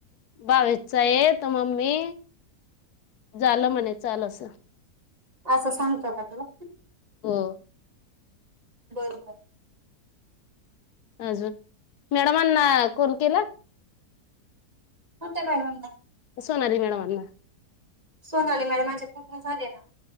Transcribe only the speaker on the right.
असं सांगतो का तुला
बरोबर
मत बॅडवाम
सोन आले मॅडम माझ्यात झाले ना